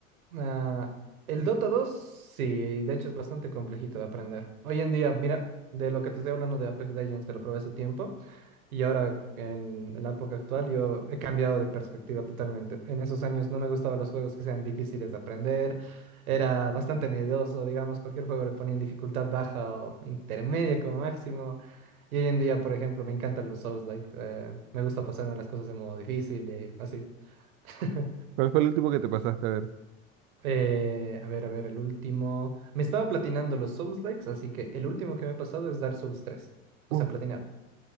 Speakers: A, on the right; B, on the right.
A: Ah, el Dota dos, sí, de hecho es bastante complejito de aprender. Hoy en día, mira, de lo que te estoy hablando de Apex Legends, que lo probé hace tiempo, y ahora en, en la época actual yo he cambiado de perspectiva totalmente. En esos años no me gustaban los juegos que sean difíciles de aprender, era bastante miedoso, digamos, cualquier juego le ponía en dificultad baja o intermedia como máximo. Y hoy en día, por ejemplo, me encantan los Souls-like, eh, me gusta pasarme las cosas de modo difícil y así. <laughs>
B: ¿Cuál fue el último que te pasaste a ver?
A: Eh, a ver, a ver, el último. Me estaba platinando los Souls Likes, así que el último que me he pasado es Dark Souls tres, O
B: Uf,
A: sea, platinado.